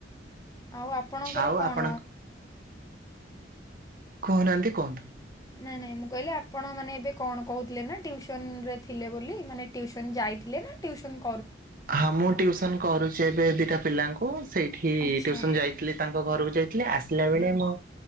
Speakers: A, on the left; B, on the right.
A: ଆଉ ଆପଣଙ୍କର
B: ଆଉ
A: କଣ
B: ଆପଣଙ୍କ କହୁନାହାନ୍ତି କୁହନ୍ତୁ।
A: ନାଇଁ ନାଇଁ ମୁଁ କହିଲି ଆପଣ ମାନେ ଏବେ କଣ କହୁଥିଲେ ନା ଟିଉସନ ରେ? ଥିଲେ ବୋଲି ମାନେ ଟିଉସନ ଯାଇଥିଲେ ନା ଟିଉସନ୍
B: ହଁ ମୁଁ ଟ୍ୟଉସନ କରୁଛି ଏବେ ଦିଟା ପିଲାଙ୍କୁ ସେଇଠି
A: ଆଚ୍ଛା
B: ଟିଉସନ ଯାଇଥିଲି। ତାଙ୍କ ଘରକୁ ଯାଇଥିଲେ ଆସିଲା ବେଳେ ମୋ